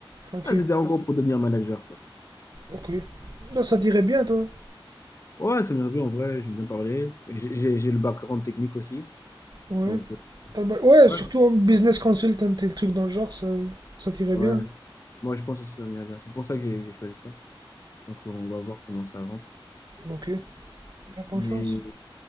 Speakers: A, on the right; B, on the left.
A: Ok.
B: Ah, c'était en gros pour devenir manager, quoi.
A: Ok. Là, ça dirait bien, toi.
B: Ouais, ça m'est revenu en vrai, j'aime bien parler. Et J'ai j'ai- j'ai le background technique aussi.
A: Ouais.
B: Donc euh,
A: T'as le ba- Ouais, surtout
B: ouais,
A: en business consultant et le truc dans le genre, ça, ça t'irait
B: ouais.
A: bien.
B: Moi, je pense aussi que ça m'est bien. C'est pour ça que j'ai j'ai choisi ça. Donc on va voir comment ça avance.
A: Ok. Pas bonne
B: Mais
A: chance.